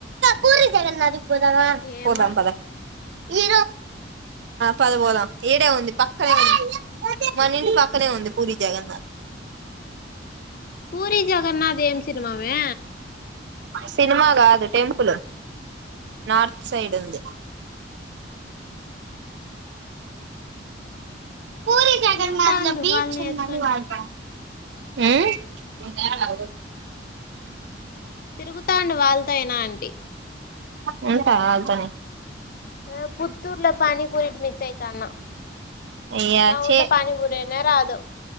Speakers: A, on the right; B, on the left.
A: పూరి జగన్నాథ్ రా
B: ఏమో
A: పోదాం పదా ఈ పద పోద ఈడే ఉంది పక్కనే ఉంది మన ఇంటి పక్కనే ఉంది పూరి జగన్నాథ్
B: పూరి జగన్నాథ్ ఏం సినిమమే
A: సినిమా కాదు టెంపుల్ నార్త్ సైడ్ంది పూరి జగన్నాథ్
B: తిరుగుతాండు
A: లో బీచ్
B: వాళ్ళని
A: ఉందినమాట
B: వేసుకొని
A: అ
B: తిరుగుతాండి వాళ్ళతో అయినా అంటీ
A: ఉంటా అళ్తనే
B: ఆ పుత్తూర్ల పనిపరిట్ మిస్ అయితాన్న
A: అయ్యా
B: మా ఊర్లో
A: చే
B: పానీ పూరీనే రాదు